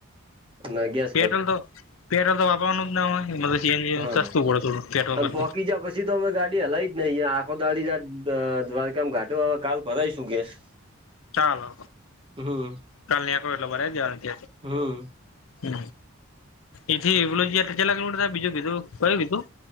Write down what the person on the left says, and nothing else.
પેટ્રોલ તો પેટ્રોલ તો વાપરવાનું જ ના હોય મતલબ સીએનજી
સસ્તું પડે થોડું પેટ્રોલ
પરથી
ચાલો
કાલ ન કરટલો બર જ
હ એથી પલુંય ચલા કિલોમીર થ બીજું કીધું કયું કીધું